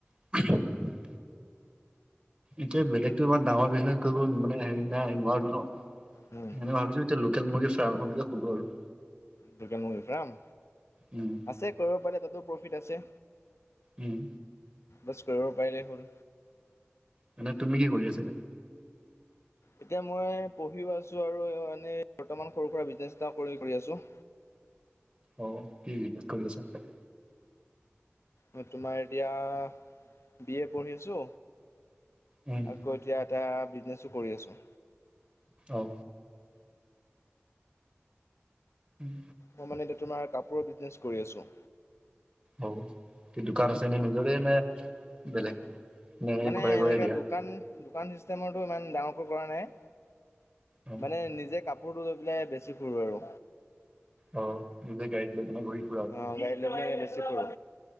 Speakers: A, on the right (about 25°); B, on the left (about 80°).
A: <inaudible> এতিয়া বেলেগতো ইমান ডাঙৰ বিজনেচ কৰিব নোৱাৰো ন,
B: উম,
A: সেই ভাবিছো। তেল মুৰ্গী ফাৰ্মখনকে খোলো আৰু।
B: লোকেল মুৰ্গী ফাৰ্ম
A: উম,
B: আছে, কৰিব পাৰিল তাতো প্ৰফিট আছে।
A: উম,
B: বছ কৰিব পাৰিলে হ'ল।
A: মানে তুমি কি কৰি আছা এতিয়া?
B: এতিয়া মই পঢ়িও আছো আৰু এনেই বৰ্তমান সৰু সুৰা বিজনেছ এটা কৰি আছোঁ।
A: অ, কি কৰি আছ?
B: মই তোমাৰ এতিয়া বি এ পঢ়ি আছো
A: উম,
B: আৰু। এতিয়া এটা বিজনেছো কৰি আছোঁ।
A: অ'। ওম।
B: মই মানে এতিয়া তোমাৰ কাপোৰৰ বিজনেছ কৰি আছোঁ।
A: অ, কি দোকান আছে, নিজৰে নে বেলেগ? নে
B: মানে
A: ঘৰে ঘৰে
B: এনেকোৱা
A: দিয়া
B: দোকান দোকান চিষ্টেমতো ইমান ডাঙৰকৈ কৰা নাই
A: অ
B: মানে নিজে কাপোৰ ফুৰিবলৈ গৈ পেলাই বেছি ফুৰো আৰু।
A: অ, নিজৰ গাডীত লৈ গলো।
B: অ, গাড়ী লৈ বেছি ফুৰু।